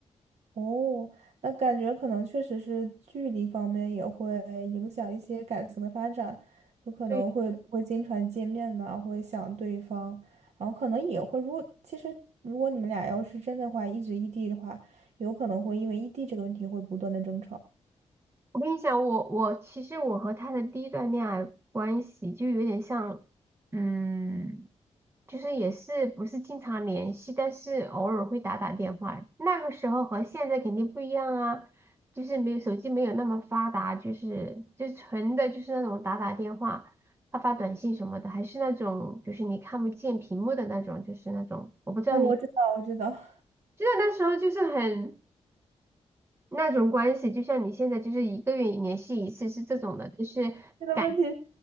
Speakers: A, on the right (about 70°); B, on the right (about 20°).
A: 哦，那感觉可能确实是距离方面也会影响一些感情的发展，就可能会不会经常见面呐、
B: 对，
A: 会想对方，然后可能也会，如果其实如果你们俩要是真的话，一直异地的话，有可能会因为异地这个问题会不断的争吵。
B: 我跟你讲，我我其实我和他的第一段恋爱关系就有点像，嗯。就是也是不是经常联系，但是偶尔会打打电话。那个时候和现在肯定不一样啊，就是没有手机没有那么发达，就是就纯的就是那种打打电话、发发短信什么的，还是那种就是你看不见屏幕的那种，就是那种我不知道你，
A: 嗯，我知道，我知道，<laughs>
B: 就是那时候就是很那种关系，就像你现在就是一个月联系一次是这种的，就是感
A: 这个问题是，